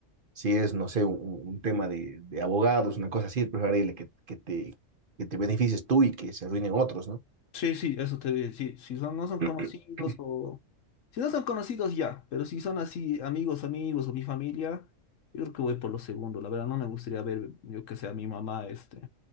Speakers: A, on the right; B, on the left.
A: si es, no sé, un, un- tema de, de abogados, una cosa así, es preferible que, que te, que te beneficies tú y que se arruinen otros, ¿no?
B: Sí, sí, eso te voy a decir. Si son, no son
A: <clears throat>
B: conocidos o Si no son conocidos ya, pero si son así amigos, amigos o mi familia, yo creo que voy por lo segundo. La verdad no me gustaría ver, yo que sea a mi mamá este